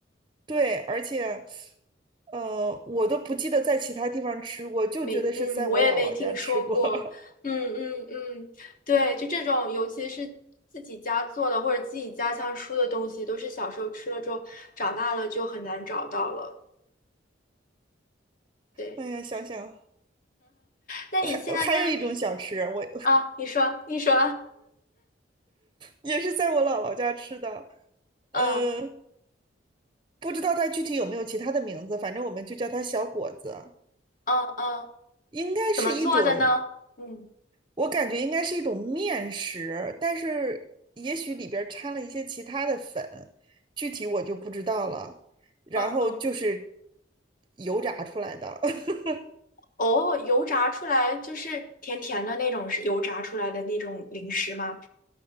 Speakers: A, on the right (about 25°); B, on the left (about 50°).
A: 对，而且，呃，我都不记得在其他地方吃过，就觉得是在我姥姥家吃过。
B: 没，嗯，我也没听说过，
A: <laughs>
B: 嗯嗯嗯，对，就这种，尤其是自己家做的或者自己家乡出的东西，都是小时候吃了之后，长大了就很难找到了。对，
A: 哎呀，想想
B: 那你现在在
A: 还还有一种小吃，我
B: 啊？你说，你说，
A: 也是在我姥姥家吃的。呃，
B: <laughs> 嗯
A: 不知道它具体有没有其他的名字，反正我们就叫它小果子。
B: 嗯嗯，
A: 应该是一种，
B: 怎么做的呢？嗯
A: 我感觉应该是一种面食，但是也许里边儿掺了一些其他的粉，具体我就不知道了。然后就是
B: 嗯嗯，
A: 油炸出来的，<laughs>
B: 哦，油炸出来就是甜甜的那种，是油炸出来的那种零食吗？